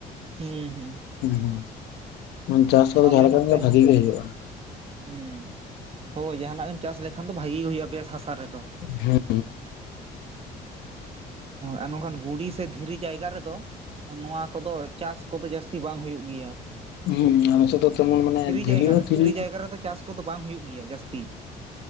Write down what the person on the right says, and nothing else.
ᱦᱩᱸ ᱦᱩᱸᱼᱼ
ᱟᱞᱮ
ᱱᱚᱛᱮ
ᱦᱚᱸ
ᱦᱩᱸ ᱦᱳᱭ ᱡᱟᱦᱟᱱᱟᱜ ᱜᱮᱢ ᱪᱟᱥ ᱞᱮᱠᱷᱟᱱ ᱫᱚ ᱵᱷᱟᱜᱤ ᱜᱮ ᱦᱩᱭᱩᱜ-ᱟ ᱵᱮᱥ ᱦᱟᱥᱟ ᱨᱮᱫᱚ᱾
ᱟᱨ ᱱᱚᱝᱠᱷᱟᱱ ᱜᱩᱲᱤ ᱥᱮ ᱫᱷᱤᱨᱤ ᱡᱟᱭᱜᱟ ᱨᱮᱫᱚᱼᱼ ᱱᱚᱣᱟ ᱠᱚᱫᱚ ᱪᱟᱥ ᱠᱚᱫᱚ ᱡᱟᱹᱥᱛᱤ ᱵᱟᱝ ᱦᱩᱭᱩᱜ ᱜᱮᱭᱟ᱾
ᱡᱟᱭᱜᱟ
ᱨᱮ
ᱡᱟᱭᱜᱟ ᱨᱮᱫᱚ ᱪᱟᱥ ᱠᱚᱫᱚ ᱵᱟᱝ ᱦᱩᱭᱩᱜ ᱜᱮᱭᱟ ᱡᱟᱥᱛᱤᱼᱼ